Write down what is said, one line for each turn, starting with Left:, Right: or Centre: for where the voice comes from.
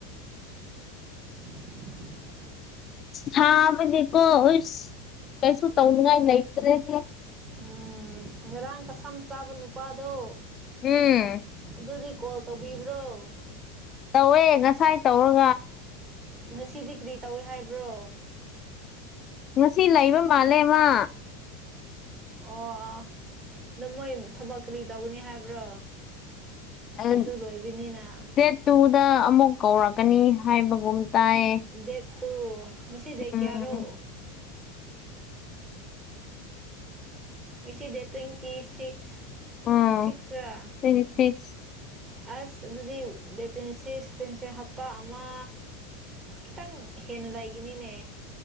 Right: <inaudible>
Left: ꯁꯥꯃꯅꯤ ꯀꯣ ꯏꯁ ꯀꯩꯁꯨ ꯇꯧꯅꯤꯡ ꯉꯥꯏ ꯂꯩꯇꯔꯦꯍꯦ
Right: ꯎꯝ ꯉꯔꯥꯡ ꯀꯁꯝ ꯆꯥꯕ ꯅꯨꯄꯥꯗꯣ
Left: ꯎꯝ
Right: ꯑꯗꯨꯗꯤ ꯀꯣꯜ ꯇꯧꯕꯤꯕ꯭ꯔꯣ
Left: ꯇꯧꯋꯦ ꯉꯁꯥꯏ ꯇꯧꯔ
Right: ꯉꯁꯤꯗꯤ ꯀꯔꯤ ꯇꯧꯏ ꯍꯥꯏꯕ꯭ꯔꯣ
Left: ꯉꯁꯤ ꯂꯩꯕ ꯃꯥꯜꯂꯦ ꯃꯥ
Right: ꯑꯣ ꯑꯗꯣ ꯃꯣꯏ ꯊꯕꯛ ꯀꯔꯤ ꯇꯧꯒꯅꯤ ꯍꯥꯏꯕ꯭ꯔꯣ
Left: ꯎꯪ
Right: ꯑꯗꯨ ꯂꯣꯏꯕꯅꯤꯅ
Left: ꯗꯦꯠ ꯇꯨꯗ ꯑꯃꯨꯛ ꯀꯧꯔꯛꯀꯅꯤ ꯍꯥꯏꯕꯒꯨꯝ ꯇꯥꯏꯌꯦ
Right: ꯗꯦꯠ ꯇꯨ ꯉꯁꯤ ꯗꯦꯠ
Left: ꯎꯝ
Right: ꯀꯌꯥꯔꯣ <inaudible> ꯉꯁꯤ ꯗꯦꯠ ꯇꯣꯏꯟꯇꯤꯁꯤꯛꯁ
Left: ꯎꯝ
Right: ꯁꯤꯛꯁ ꯔꯥ
Left: ꯇ꯭ꯋꯦꯟꯇꯤ ꯁꯤꯛꯁ
Right: ꯑꯁ ꯑꯗꯨꯗꯤ ꯗꯦꯠ ꯇꯣꯏꯟꯇꯤꯁꯤꯛꯁ ꯇꯣꯏꯟꯇꯤꯁꯦ ꯍꯞꯇꯥ ꯑꯃ ꯈꯤꯇꯪ ꯍꯦꯟꯅ ꯂꯩꯒꯅꯤꯅꯦ